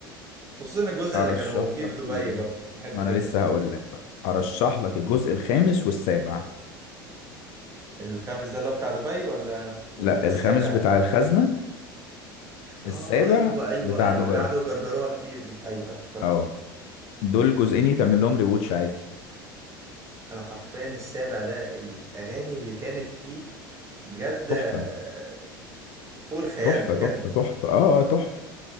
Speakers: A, on the right; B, on the left.
A: خصوصا الجزء
B: ارشح
A: اللي كانوا فيه
B: لك
A: في دبي
B: ايه
A: برضو بحبه
B: ما انا
A: جدا
B: لسه هقول لك بقى ارشح لك الجزء الخامس والسابع
A: الخامس ده اللي هو بتاع دبي ولا ولا
B: لا
A: ده السابع
B: الخامس بتاع الخزنه السابع
A: اه ايوه ايوه
B: بتاع
A: ايوه
B: دبي
A: اللي قعدوا يجرجروها كتير دي ايوه افتكرت
B: اه دول جزئين يتعمل لهم ريواتش عادي
A: انا حرفيا السابع ده الاغاني اللي كانت فيه بجد
B: تحفه
A: آه، فوق الخيال
B: تحفه
A: بجد
B: تحفه تحفه اه آه، تحفه